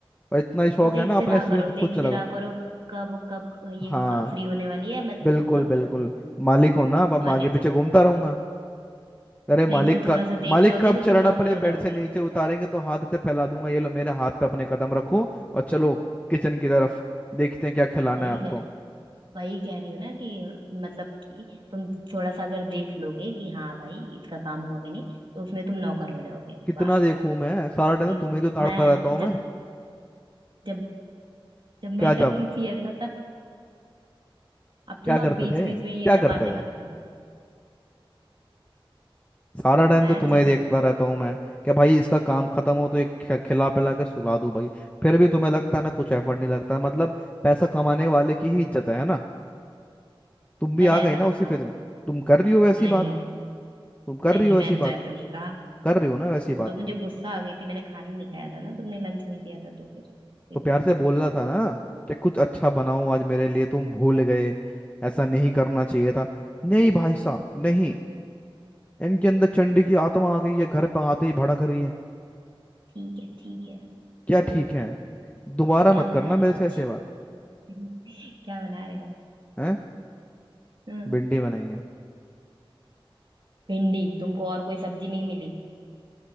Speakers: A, on the left (about 15°); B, on the right (about 60°).
A: और इतना ही शौक
B: तो देखते
A: है ना अपने
B: रहा
A: एस्टिमेशन
B: करो
A: तो खुद
B: देखते
A: चलाओ
B: रहा करो कब कब ये
A: हाँ
B: फ्री होने वाली है मैं
A: बिल्कुल
B: सब
A: बिल्कुल
B: गर्म करूँ
A: मालिक हो ना अब अब मैं
B: और
A: आगे
B: नहीं
A: पीछे
B: तो
A: घूमता रहूंगा अरे मालिक
B: नहीं तुम
A: का
B: थोड़ा सा देख
A: मालिक
B: लोगे
A: का अब
B: तो
A: चरण
B: तुम नौकर
A: अपने
B: हो
A: बेड
B: जाओगे
A: से नीचे उतारेंगे तो हाथ से फैला दूंगा ये लो मेरे हाथ पे अपने कदम रखो और चलो किचन की तरफ देखते हैं क्या खिलाना
B: वही
A: है आपको
B: कह रही वही कह रही हूँ ना कि मतलब कि तुम थोड़ा सा अगर देख लोगे कि हाँ भाई इसका काम हुआ कि नहीं तो उसमें तुम नौकर हो जाओगे
A: कितना
B: वाह वाह
A: देखूं
B: वाह।
A: मैं सारा टाइम
B: हम्म,
A: तो तुम्हें ही तो ताड़ता
B: मैं
A: रहता हूँ
B: जब
A: मैं
B: जब जब
A: क्या
B: मैं करती
A: जब
B: थी ऐसा अब
A: क्या
B: तो ना
A: करते
B: बीच
A: थे
B: बीच
A: क्या
B: में ये सब
A: करते
B: बातें
A: थे
B: मत करो
A: सारा टाइम
B: मैं
A: तो तुम्हें
B: जब
A: ही देखता रहता हूँ मैं क्या भाई इसका काम खत्म हो तो एक ख- खिला पिला के सुला दूं भाई फिर भी तुम्हें लगता है मैं कुछ एफर्ट नहीं लगता मतलब पैसा कमाने वाले की ही इज्जत है है ना तुम भी
B: मैंने
A: आ गई
B: ऐसा
A: ना
B: कब
A: उसी
B: कहा
A: फेज में तुम कर रही हो ऐसी
B: नहीं
A: बात तुम कर
B: नहीं
A: रही हो
B: मैंने
A: ऐसी
B: तो
A: बात
B: ऐसा नहीं कहा
A: कर रही हो ना वैसी
B: वो
A: बात
B: तो मुझे
A: तुम
B: गुस्सा आ गई थी मैंने खाना नहीं खाया था ना तुमने लंच नहीं दिया था तो फिर इसीलिए
A: तो प्यार
B: थोड़ा
A: से बोलना
B: सा
A: था ना कि कुछ अच्छा बनाओ आज मेरे लिए तुम भूल गए ऐसा नहीं करना चाहिए था नहीं भाई साहब नहीं इनके अंदर चंडी की आत्मा आ गई है घर पर आते ही भड़क रही है
B: ठीक है ठीक है
A: क्या
B: तो
A: ठीक है दोबारा
B: क्या
A: मत
B: बना
A: करना
B: रहे
A: मेरे
B: हो आज
A: से ऐसे बात
B: <laughs> क्या बना रहे हो आज
A: है
B: हाँ,
A: भिंडी बनाई है
B: भिंडी तुमको और कोई सब्जी नहीं मिली